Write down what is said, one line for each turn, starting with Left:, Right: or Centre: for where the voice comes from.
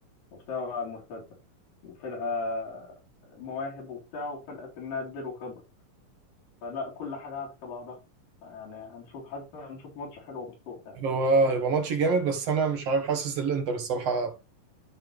Left: وبتلعب على المرتدة وفرقة مواهب وبتاع وفرقة سنها كبير وخبرة فلا كل حاجة عكس بعضها يعني هنشوف حاسس إن هنشوف ماتش حلو ومفتوح يعني
Right: هو هيبقى ماتش جامد بس انا مش عارف حاسس الانتر الصراحه